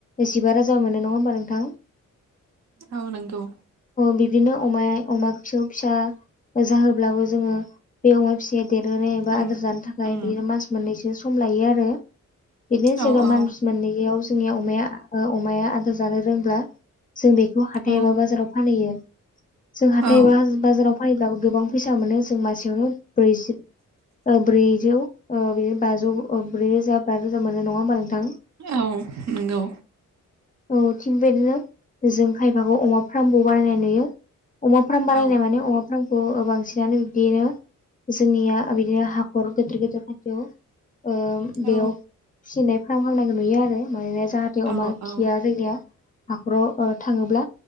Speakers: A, on the left (about 25°); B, on the right (about 60°).
A: जिबा रोजा मोनो नङा होमबा नोंथां
B: आ नंगौ
A: बिदिनो अमाया अमा फिसौ फिसा जाहोब्लाबो जोङो बे अमा फिसाया देरहोनो एबा
B: आं
A: आदार जानो थाखाय
B: उम
A: बिनो मास मोननैसो सम लायो आरो बिदिनो
B: औ
A: जेब्ला
B: औ
A: मास मोननैयाव जोंनिया अमाया अमाया आदार जानो रोंब्ला जों बेखौ हाथाय
B: औ
A: एबा बाजाराव फानहैयो जों हाथाय
B: औ
A: एबा बाजाराव फानब्लाो गोबां फैसा मोनो जों मासेयावनो ब्रैजि ब्रैजौ बिदिनो बाजौ ब्रै रोजा ब रोजा मोननाय नङा होमबा नोंथां
B: औ नोंगौ
A: औ थिग बेदिनो जों खायफाखौ अमा फार्मबो बानायनाय नुयो अमाफ्राम
B: औ
A: बानायनाय माने अमाफ्राम खौ बांसिनानो बिब्दिनो जोंनिया बिदिनो हाखर गेदेर गेदेर खाथियाव
B: औ
A: बेयाव फिनाय फार्म खालामनायखौ नुयो आरो मानोना जाहाथे
B: औ
A: अमा
B: औ
A: खिया जोंनिया हाखर' थाङोब्ला